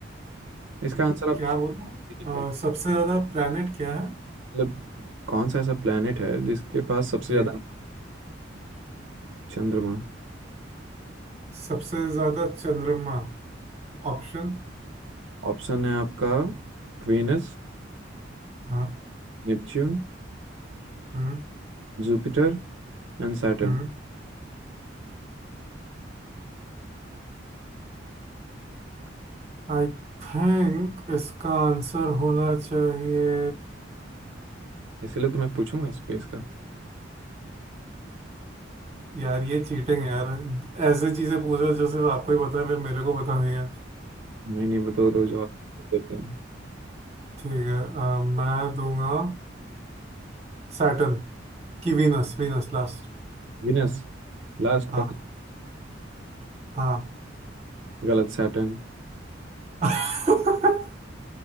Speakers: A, on the right; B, on the right.
A: इसका आंसर आप
B: क्या
A: सब
B: बोलना
A: दे नहीं पाएंगे
B: अ, सबसे ज्यादा प्लेनेट क्या है
A: मतलब कौन सा ऐसा प्लेनेट है जिसके पास सबसे
B: जी
A: ज़्यादा चंद्रमा
B: सबसे ज्यादा चंद्रमा ऑप्शन
A: ऑप्शन है आपका Venus
B: हाँ
A: Neptune
B: हम्म
A: Jupiter and Saturn
B: हम्म आई थिंक इसका आंसर होना चाहिए
A: इसीलिए तो मैं पूछूंगा स्पेस का
B: यार ये चीटिंग है यार ऐसे चीजें पूछ रहे हो जो सिर्फ आपको ही पता है फिर मेरे को पता नहीं है
A: नहीं नहीं बताओ दो जो आप देखता हूँ
B: ठीक है अ, मैं दूंगा सैटर्न की वीनस वीनस लास्ट
A: वीनस लास्ट
B: हाँ
A: पक
B: हाँ
A: गलत सैटर्न
B: <laughs>